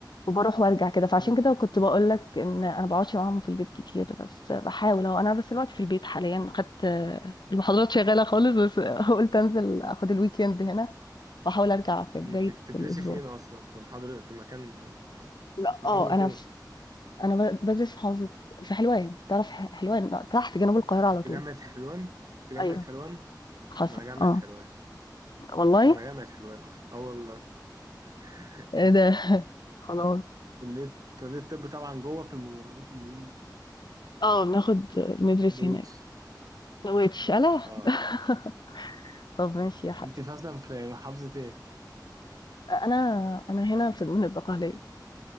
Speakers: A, on the left; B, on the right.
A: وبروح وارجع كده فعشان
B: فين وفين؟
A: كده كنت بقول لك ان انا بقعدش معاهم في البيت كتير بس بحاول اهو انا بس دلوقتي في البيت حاليا خدت المحاضرات شغاله خالص بس <laughs> قلت انزل اخد الويكند هنا واحاول ارجع في
B: مم،
A: بدايه
B: أنت بتدرسي
A: الاسبوع
B: في ايه أصلا؟ في محاضرة في مكان آه،
A: لا
B: في
A: اه
B: محافظة
A: انا
B: ايه؟
A: في انا ب- بدرس في محافظه في حلوان تعرف ح- حلوان تحت جنوب القاهره على
B: انت
A: طول
B: جامعة حلوان؟ انت جامعة
A: ايوه
B: حلوان؟
A: حصل
B: ما انا جامعة
A: اه
B: حلوان
A: والله
B: انا جامعة حلوان اصلا اه والله <laughs>
A: إيه ده <laughs> خلاص
B: كلية كلية الطب طبعا جوه في المدرجات اللي جوه عند
A: اه بناخد بندرس
B: عند ويتش
A: هناك وتشاله
B: اه
A: <laughs> طب ماشي يا حسن
B: انت في اصلا في محافظة ايه؟
A: انا انا هنا في من البقاليه